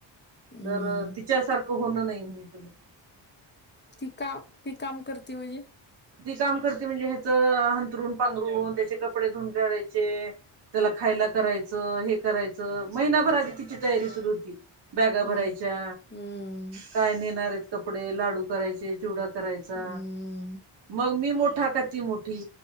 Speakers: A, on the left; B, on the right.
A: हं.
B: तर तिच्यासारखं होणं नाही म्हणे कोणी.
A: ती काम ती काम करते वये
B: ती काम करती म्हणजे ह्याच हंतरून पांघरून त्याचे कपडे धुून करायचे. त्याला खायला करायचं हे करायचं महिनाभर आधी तिची तयारी सुरु होती. बॅगा भरायच्या.
A: हं, हं,
B: काय नेणार आहेत कपडे लाडू करायचे चिवडा करायचा
A: हं.
B: मग मी मोठा क ती मोठी